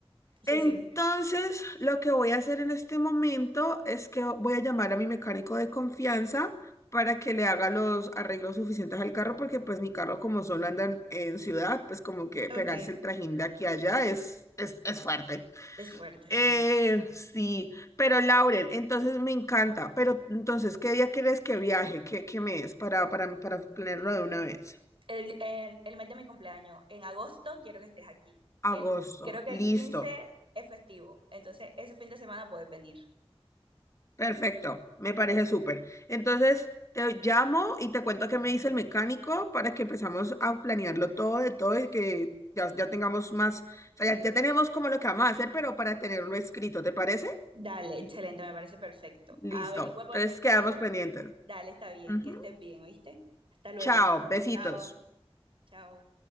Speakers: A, on the right; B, on the left.
A: sí,
B: Entonces,
A: sí.
B: lo que voy a hacer en este momento es que voy a llamar a mi mecánico de confianza para que le haga los arreglos suficientes al carro, porque pues mi carro como solo anda en en ciudad, pues como que
A: Ok.
B: pegarse el trajín de aquí a allá es, es, es fuerte.
A: Es fuerte,
B: Eh,
A: sí.
B: sí, pero Lauren, entonces me encanta, pero entonces, ¿qué día quieres que viaje? ¿Qué, qué mes? Para, para, para planearlo de una vez.
A: El, el, el mes de mi cumpleaños, en agosto quiero que estés aquí. El,
B: Agosto,
A: creo que
B: listo,
A: el 15 es festivo, entonces ese fin de semana puedes venir.
B: perfecto, me parece súper. Entonces, te llamo y te cuento qué me dice el mecánico para que empezamos a planearlo todo de todo y que ya, ya tengamos más, o sea, ya, ya tenemos como lo que vamos a hacer, pero para tenerlo escrito, ¿te parece?
A: Dale, excelente, me parece perfecto.
B: Listo,
A: Averigua con
B: entonces
A: el mecánico
B: quedamos pendientes.
A: Dale, está bien,
B: Ujú.
A: que estés bien, ¿oíste? Hasta luego.
B: Chao, besitos.
A: Chao, chao.